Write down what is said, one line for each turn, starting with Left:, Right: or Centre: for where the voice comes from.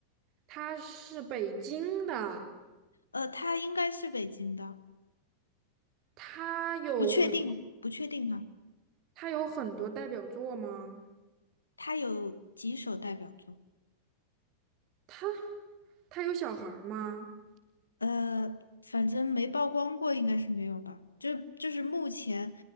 Right: 她是北京的。
Left: 呃，他应该是北京的，
Right: 他有很多，
Left: 不确定，不确定哈、
Right: 他有很多代表作吗？
Left: 他有几首代表作？
Right: 他他有小孩儿吗？
Left: 呃，反正没曝光过，应该是没有吧？就就是目前，